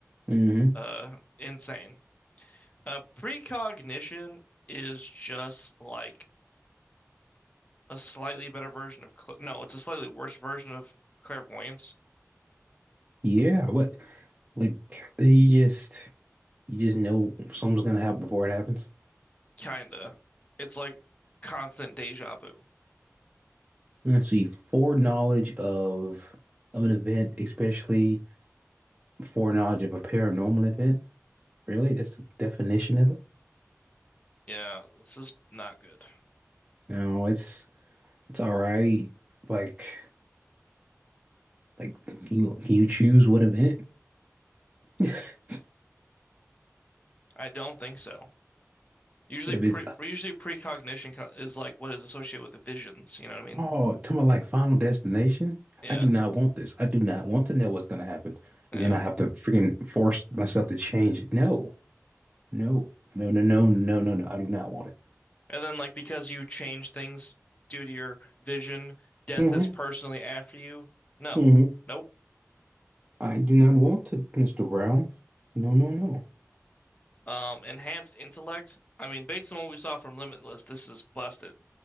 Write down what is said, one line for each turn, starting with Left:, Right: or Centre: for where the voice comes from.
Right: Mm-hmm.
Left: Uh, insane. Uh, precognition is just like a slightly better version of cl no, it's a slightly worse version of clairvoyance.
Right: Yeah, what like you just you just know something's gonna happen before it happens.
Left: Kinda. It's like constant deja vu.
Right: Let's see, foreknowledge of of an event, especially foreknowledge of a paranormal event. Really? That's the definition of it?
Left: Yeah, this is not good.
Right: No, it's It's all right. Like, like you you choose what event? <laughs>
Left: I don't think so. Usually
Right: If
Left: pre
Right: it's
Left: usually precognition co- is like what is associated with the visions, you know what I mean?
Right: oh, talking about like Final Destination,
Left: Yeah,
Right: I do not want this. I do not want to know what's gonna happen.
Left: yeah.
Right: And then I have to freaking force myself to change it. No, no, no, no, no, no, no, no. I do not want it.
Left: And then like because you change things due to your vision, death
Right: hmm
Left: is personally after you. No.
Right: hmm
Left: Nope.
Right: I do not want it, Mr. Brown. No, no, no.
Left: Um, enhanced intellect. I mean, based on what we saw from Limitless, this is busted.